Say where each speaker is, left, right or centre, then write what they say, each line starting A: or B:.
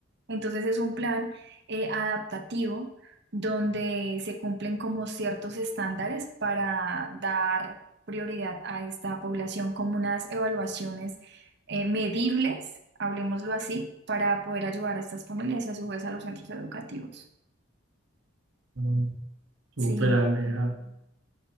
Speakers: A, on the right; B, on the right.
A: Entonces es un plan eh, adaptativo donde se cumplen como ciertos estándares para dar prioridad a esta población como unas evaluaciones eh, medibles, hablemoslo así, para poder ayudar a estas familias y a su vez a los centros educativos.
B: Mm, súper
A: Sí,
B: Aleja.